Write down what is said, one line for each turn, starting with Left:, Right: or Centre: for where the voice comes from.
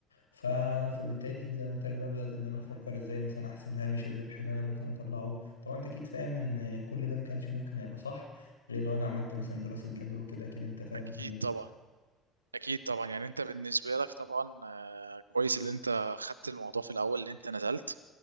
Left: ف... فبالتالي زي ما انت قايل بقى بدأت ان انا افكر ازاي مثلا احسب هامش الربح اللي انا ممكن اطلعه طبعا انت اكيد فاهم ان كل ده ما كانش ممكن هيبقى صح غير لو انا عملت مثلا دراسة جدوى وكده اكيد انت فاهم
Right: اكيد
Left: اهميتها
Right: طبعا اكيد طبعا يعني انت بالنسبة لك طبعا آه، كويس اللي انت خدت الموضوع في الاول اللي انت نزلت